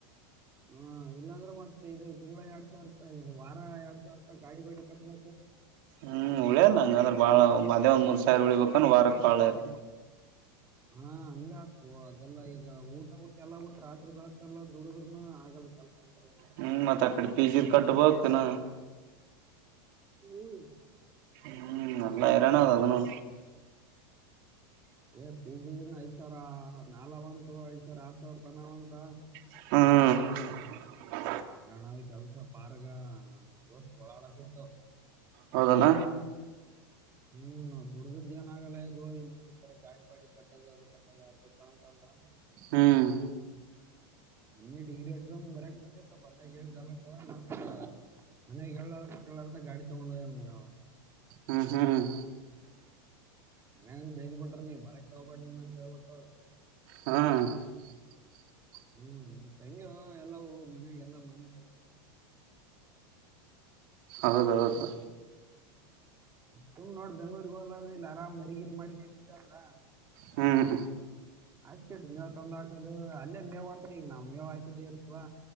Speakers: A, on the right; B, on the right.
A: ಹಾ ಇಲ್ಲಾಂದ್ರೆ ಮತ್ತೆ ಇದು ತಿಂಗಳ ಎರಡ್ ಸಾವಿರ್ತ ಇದು ವಾರ ಎರಡ್ ಸಾವಿ ಇರ್ತ ಗಾಡಿ ಗಾಡಿ ಕಟ್ಟದ
B: ಹ್ಮ್ ಉಳಿಯರ್ಲ್ಲ ನಂಗಂದ್ರ ಬಾಳ ಅದೇ ಒಂದ್ ಮೂರ್ ಸಾವಿರ ಉಳಿಬೇಕಂದ ವಾರಕ್ ಬಾಳ ಇರ್
A: ಹಾ ಹಂಗ ಓ ಅದೆಲ್ಲ ಈಗ ಊಟ ಊಟ ಎಲ್ಲ ಬಿಟ್ಟ ರಾತ್ರಿಗ್ ಹಾತಲ್ಲ ದುಡ್ರನು ಆಗಲ್ಲ ಕೆಲಸ ಅಂತಾರ ಅವ್ರು.
B: ಹ್ಮ ಮತ್ತೆ ಅಕ್ಕಡೆ ಪಿಜಿ ಕಟ್ಟಬೋತಿನ
A: ಹ್ಮ್
B: ಹ್ಮ್ ನಲ್ಲ ರಾನ ಅ ಅದನ್ನು
A: ಏ ಪಿ ಜಿಿನ ಐ್ ಸಾವಿರ ನಲ್ಂತು ಐದ್ ಸಾವರ ಆರ್ ಸಾವಿರ ರೂಪಾಯಿ ನಾವಂತ
B: ಹ್ಮ್
A: ಹೈರಾಣದ ಕೆಲ್ಸ ಪಾರ್ಗ ನಮ್ ದೋಸ್ತ್ ಓಳಾಡಕತ್ತು
B: ಹೌದಲ್ಲ
A: ಹ್ಮ್ ನಾ ದುಡ್ದದ ಏನ ಆಗಲ್ಲ ಅದು ಇಲ್ಲಿ ಬರ ಗಾಡಿ ಬಾಡಿ ಕಟ್ಟದು ಅದು ಕಟ್ಟದ ಆಕಂತ ಅಂತಂದ <unintelligible>
B: ಹ್ಮ್
A: ನೀ ಡಗ್ರ ಎಕ್ಸಾಮ ಬರಕ್ ಬಂದ ಬ ಏಳಲ್ಲ <unintelligible> ಮ ಇ ಕೇಳ ಗಾಡಿ ತಗೊಂಡಗ
B: ಹ್ಮ್ ಹ್ಮ್
A: ಮನ ಬೇದ್ ಬಿಟ್ರ ನೀ ಬರಾಕ್ ತಗೋಬೇ ನೀವ ಅಂತ ಹೇಳ್ಬಿಟ್ರವ ನೀ
B: ಹಾ <inaudible>
A: ಹ್ಮ್ ಮತ್ತೆ ಹೆಂಗ ಎಲ್ಲ ಮನೆಗೆಲ್ಲ ಮನೆ
B: ಹೌದೌದು
A: ತುಮ ನೋಡ್ ಬೆಂಗ್ಗಳೂರ್ಗೆ ಹೋಲ ಇ ಆರಾಮ್ ಮರಿಗಿರಿ ಮಾಡ್ಕೊಂಡಿದ್ದವ್ರ
B: ಹ್ಮ್
A: ಆಯ್ತಟು ಮೇವ್ ತಂದ ಹಾಕದು ಅಲ್ಲೇ ಮೇವ ಅಂತ್ರ ಈಗ ನಾವ್ ಮೇವ್ ಹಾಕಿದಿ ಇರ್ತವ